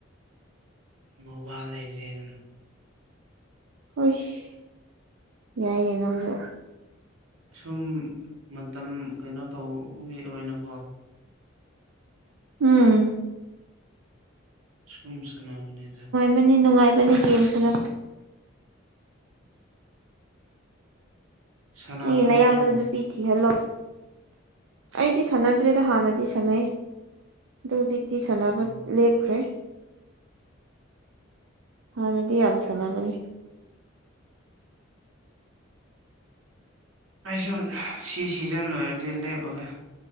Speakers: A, on the right; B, on the right.
A: ꯕꯣꯕꯥ ꯂꯤꯏꯖꯦꯟ
B: ꯎꯁ ꯌꯥꯏꯌꯦ ꯅꯪꯁꯨ
A: ꯁꯨꯝ ꯃꯇꯝ ꯀꯩꯅꯣ ꯇꯧꯕꯒꯤ ꯑꯣꯏꯅꯀꯣ꯫
B: ꯎꯝ꯫
A: ꯁꯨꯝ ꯁꯅꯥꯃꯤꯅꯗ꯫
B: ꯕꯅꯤ ꯅꯨꯡꯉꯥꯏꯕꯅꯦ ꯒꯦꯝ <unintelligible>
A: ꯁꯥꯟꯅꯕ꯭ꯔꯣ
B: ꯅꯩꯒꯤ ꯅꯌꯥꯝꯕꯗꯣ
A: ꯅꯣꯏꯁꯨ
B: ꯅꯨꯄꯤ ꯊꯤꯍꯜꯂꯣ꯫ ꯑꯩꯗꯤ ꯁꯥꯟꯅꯗ꯭ꯔꯦꯗ ꯍꯥꯟꯅꯗꯤ ꯁꯥꯟꯅꯩ ꯑꯗꯣ ꯍꯧꯖꯤꯛ꯫ ꯇꯤ ꯁꯥꯟꯅꯕ
A: ꯎꯝ
B: ꯂꯦꯞꯈ꯭ꯔꯦ꯫ ꯍꯥꯟꯗꯤ ꯌꯥꯝ ꯁꯥꯟꯅꯕꯅꯤ
A: ꯑꯩꯁꯨ ꯁꯤ ꯁꯤꯖꯥꯟ ꯂꯣꯏꯔꯗꯤ ꯂꯦꯞꯑꯒꯦ